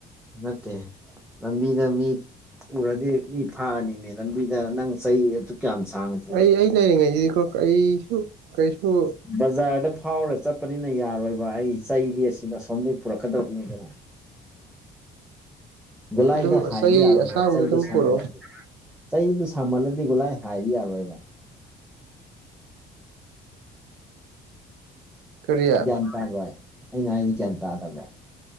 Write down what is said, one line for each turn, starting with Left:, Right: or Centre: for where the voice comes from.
Centre: ꯅꯠꯇ‌ꯦ ꯂꯝꯕꯤꯗ ꯃꯤ ꯎꯔꯗꯤ ꯃꯤ ꯐꯥꯔꯅꯤ ꯃꯤ ꯂꯝꯕꯤꯗ ꯅꯪ ꯆꯩ ꯑꯗꯨꯛ ꯌꯥꯝ ꯁꯥꯡ
Right: ꯑꯩ ꯑꯩ ꯂꯩꯔꯤꯉꯩꯁꯤꯗꯤꯀꯣ ꯀꯩꯁꯨ ꯀꯩꯁꯨ
Centre: ꯕꯖꯥꯔꯗ ꯐꯥꯎꯔ ꯆꯠꯄꯅꯤꯅ ꯌꯥꯔꯣꯏꯕ ꯑꯩ ꯆꯩꯗꯤ ꯑꯁꯤꯅ ꯑꯁꯣꯝꯗꯒꯤ ꯄꯨꯔꯛꯀꯗꯕꯅꯤꯗꯅ ꯒꯨꯂꯥꯏꯗ
Right: ꯑꯗꯨꯝ
Centre: ꯍꯥꯏꯕ
Right: ꯆꯩ
Centre: ꯌꯥꯔꯣꯏꯕ
Right: ꯑꯁꯥꯡꯕꯗꯣ
Centre: ꯆꯩꯗ‌ꯣ
Right: ꯑꯗꯨꯝ
Centre: ꯁꯥꯡꯃꯜꯂꯗꯤ
Right: ꯄꯨꯔꯛꯑꯣ
Centre: ꯆꯩꯗꯨ ꯁꯥꯡꯃꯜꯂꯗꯤ ꯒꯣꯂꯥꯏ ꯍꯥꯏꯕ ꯌꯥꯔꯣꯏꯕ
Right: ꯀꯔꯤ
Centre: ꯒ꯭ꯌꯥꯟ ꯇꯥꯔꯣꯏ ꯑꯩꯅ ꯍꯥꯏꯖꯤ ꯒ꯭ꯌꯥꯟ ꯇꯥꯗꯕ꯭ꯔ